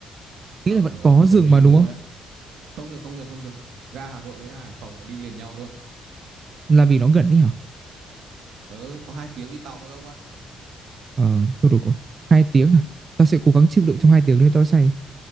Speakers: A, on the right; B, on the right.
A: nghĩ
B: ờ
A: là vẫn có dừng
B: ờ, hình
A: mà
B: như
A: đúng
B: đúng
A: không
B: rồi đấy không dừng không dừng không dừng ga Hà Nội với ga Hải Phòng là đi liền nhau luôn
A: là vì nó gần đi hả
B: ờ có hai tiếng đi tàu thôi ông ạ
A: ờ thôi được rồi hai tiếng à tao sẽ cố gắng chịu đựng trong hai tiếng đấy tao say